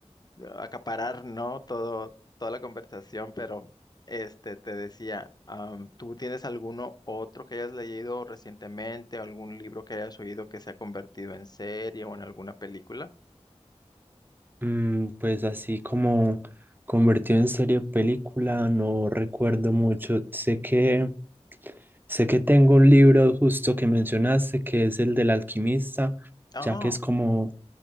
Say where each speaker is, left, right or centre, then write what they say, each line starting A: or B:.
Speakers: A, on the left; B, on the right.
A: acaparar, ¿no? Todo, toda la conversación, pero este, te decía, am, ¿tú tienes alguno otro que hayas leído recientemente, algún libro que hayas oído que se ha convertido en serie o en alguna película?
B: Mm, pues así como convertido en serie o película, no recuerdo mucho. Sé que, sé que tengo un libro justo que mencionaste, que es el del alquimista,
A: Ah,
B: ya que es como